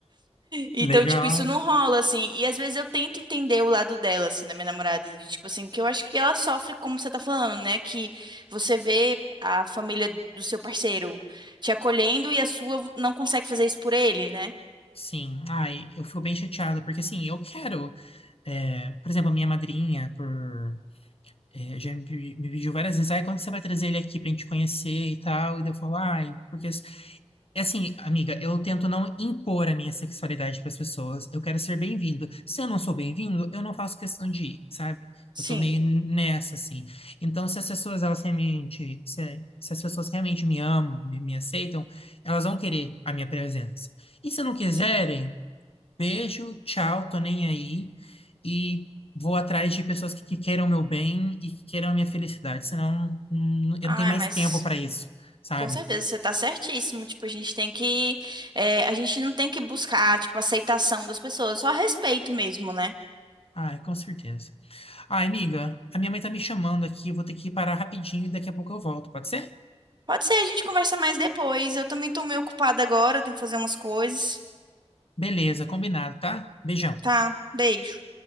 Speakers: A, on the right; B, on the left.
A: Então,
B: Legal.
A: tipo, isso não rola assim. E às vezes eu tento entender o lado dela, assim, da minha namorada, de tipo assim, que eu acho que ela sofre como você tá falando, né? Que você vê a família do seu parceiro te acolhendo e a sua não consegue fazer isso por ele, né?
B: Sim. Ai, eu fico bem chateada, porque assim, eu quero. é, por exemplo, a minha madrinha, por É, já me, pe- me pediu várias vezes, aí quando você vai trazer ele aqui pra gente conhecer e tal, e daí eu falo, ai, porque... s- É assim, amiga, eu tento não impor a minha sexualidade pras pessoas, eu quero ser bem-vindo. Se eu não sou bem-vindo, eu não faço questão de ir, sabe?
A: Sim,
B: Eu tô meio nessa, assim. Então, se as pessoas, elas realmente, se, se as pessoas realmente me amam, me, me aceitam, elas vão querer a minha presença. E se não quiserem,
A: sim.
B: Beijo, tchau, tô nem aí. E vou atrás de pessoas que, que queiram o meu bem e que queiram a minha felicidade, senão hum,
A: Ai,
B: eu não tenho mais
A: mas
B: tempo para isso, sabe?
A: com certeza você tá certíssimo. Tipo, a gente tem que. é, a gente não tem que buscar, tipo, aceitação das pessoas, só respeito mesmo, né?
B: Ai, com certeza. Ai, amiga, a minha mãe tá me chamando aqui, eu vou ter que parar rapidinho e daqui a pouco eu volto, pode ser?
A: Pode ser, a gente conversa mais depois. Eu também tô meio ocupada agora, tenho que fazer umas coisas.
B: Beleza, combinado, tá? Beijão.
A: Tá, beijo.